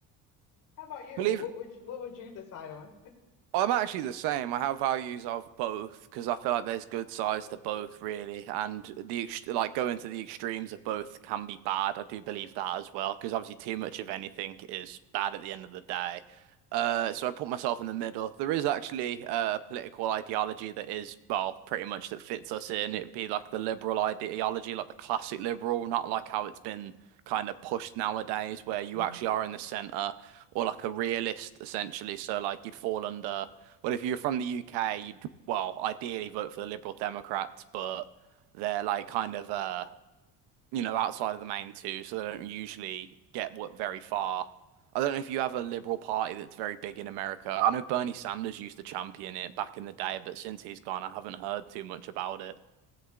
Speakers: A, on the left; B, on the right.
A: How about you?
B: Believe.
A: What would you, what would you decide on? <laughs>
B: I'm actually the same. I have values of both because I feel like there's good sides to both, really, and the ex like going to the extremes of both can be bad. I do believe that as well because obviously too much of anything is bad at the end of the day. Uh, so I put myself in the middle. There is actually a political ideology that is, well, pretty much that fits us in. It'd be like the liberal ideology, like the classic liberal, not like how it's been kind of pushed nowadays, where you
A: hmm
B: actually are in the center or like a realist essentially. So like you'd fall under, well, if you're from the UK, you'd well ideally vote for the Liberal Democrats, but they're like kind of uh you know outside of the main two, so they don't usually get what very far. I don't know if you have a Liberal Party that's very big in America. I know Bernie Sanders used to champion it back in the day, but since he's gone, I haven't heard too much about it.